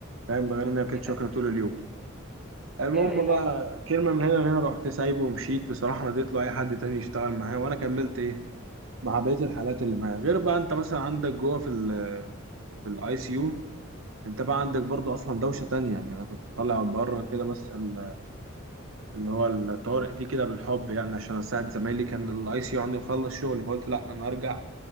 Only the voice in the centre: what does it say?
يا
يا الهي